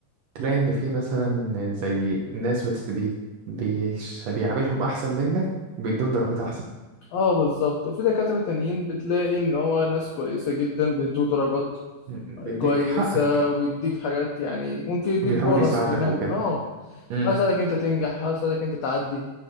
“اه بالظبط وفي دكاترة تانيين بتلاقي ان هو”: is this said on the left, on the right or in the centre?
Left